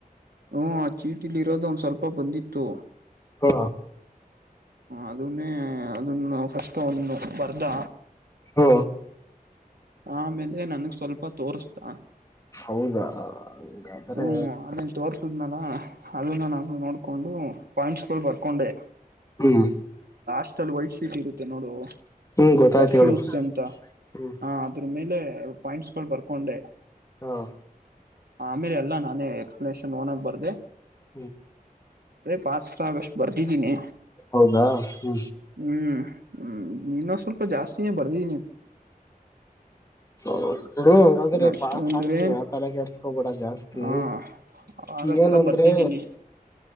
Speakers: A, on the right; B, on the left.
A: ಹ್ಮ ಆ ಚೀಟಿಲ್ಲಿ ಇರೋದು ಒಂದ್ ಸ್ವಲ್ಪ ಬಂದಿತ್ತು.
B: ಹ
A: ಅದನೇ ಅದನ್ನು ಫಸ್ಟ್ ಅವನ್ ಬರದ
B: ಹ
A: ಆಮೇಲೆ ನನ್ಗ್ ಸ್ವಲ್ಪ ತೋರ್ಸದ
B: ಹೌದಾ ಹಂಗಾದ್ರೆ
A: ಹ್ಮ್ ಆಮೇಲ್ ತೋರ್ಸುದ್ನಲ್ಲ ಅದನ್ನ ನಾನು ನೋಡ್ಕೊಂಡ್ ಡು ಪಾಯಿಂಟ್ಸ್ ಗಳು ಬರ್ಕೊಂಡೆ
B: ಹ್ಮ್
A: ಲಾಸ್ಟ್ ಅಲ್ಲಿ ವೈಟ್ ಶೀಟ್ ಇರುತ್ತೆ ನೋಡು
B: ಹ್ಮ್ ಗೊತ್ತಾಯ್ತು
A: ರಫ್
B: ಹೇಳು
A: ಯೂಸ್ ಅಂತ
B: ಹ್ಮ್
A: ಹ ಅದರ ಮೇಲೆ ಪಾಯಿಂಟ್ಸ್ ಗಳು ಬರ್ಕೊಂಡೆ.
B: ಹಾ
A: ಆಮೇಲೆ ಅಲ್ಲಾ ನಾನೇ ಎಕ್ಸ್ಪ್ಲನೇಷನ್ ಹೋನಕ್ ಬರ್ದೆ
B: ಹ್ಮ
A: ಅದೇ ಪಾತ್ ಆಗಷ್ಟು ಬರ್ದಿದ್ದೀನಿ
B: ಹೌದಾ ಹ್ಮ್
A: ಹ್ಮ್ ಹ್ಮ್ ಇನ್ನೊಂದ್ ಸ್ವಲ್ಪ ಜಾಸ್ತಿನೇ ಬರ್ದೀಿ ನೀ
B: ಬಿಡು ಹಂಗಾದ್ರೆ
A: ನಷ್ಟ
B: ಪಾಸ್
A: ಬಧರ
B: ಆಗ್ತೀಯ ತಲೆಗೆಡ್ಸ್ಕೋಬೇಡ ಜಾಸ್ತಿ
A: ಹಾ ಆ ತರ
B: ಏನಂದ್ರೆ
A: ಬರ್ದಿದ್ದೀನಿ